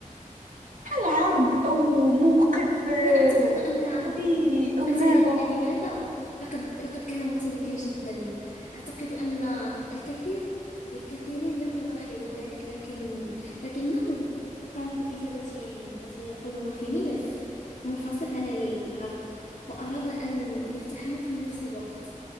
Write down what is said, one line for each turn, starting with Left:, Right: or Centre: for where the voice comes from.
Right: هل عرض أو موقف آه،
Left: لا أعتقد أن
Right: قبيح أو
Left: هل
Right: ماذا
Left: تعلمين لماذا؟ لقد لقد كان مرتبكا جدا أعتقد أن الكثير الكثيرين لم يلاحظوا ذلك لكن لكنه قام بكتابة ما سيقوله في ملف منفصل عن العرض وأراد أن يفتحه في نفس الوقت